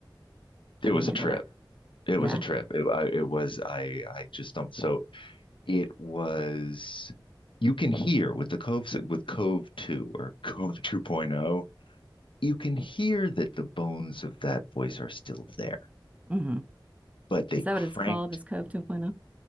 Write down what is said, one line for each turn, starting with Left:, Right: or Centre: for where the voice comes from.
Left: it
Right: I
Left: was
Right: can handle
Left: a trip.
Right: that.
Left: It
Right: Yeah.
Left: was a trip. It, I, it was, I, I just stumped. So it was, you can hear with the Cove, with Cove 2 or <laughs> Cove 2.0, you can hear that the bones of that voice are still there,
Right: Mm-hmm.
Left: but they
Right: Is
Left: cranked.
Right: that what it's called? Is Cove 2.0?